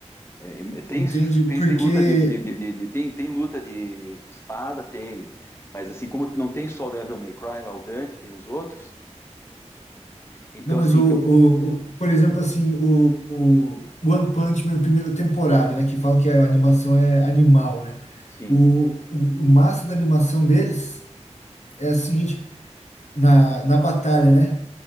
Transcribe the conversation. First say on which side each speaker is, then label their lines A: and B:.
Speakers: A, on the left; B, on the left.
A: É, é, tem,
B: entendi. Porque.
A: tem, tem luta de, de- de- de- de- tem, tem luta de, de espada, tem, mas assim como não tem só o Devil May Cry, lá o Dante, tem os outros, então
B: Não, mas
A: assim
B: o,
A: tem
B: o,
A: um,
B: o- por exemplo, assim, o, o One Punch Man primeira temporada, né? Que falam que a animação é animal, né?
A: sim.
B: O, o, o massa da animação deles é a seguinte. na, na batalha, né?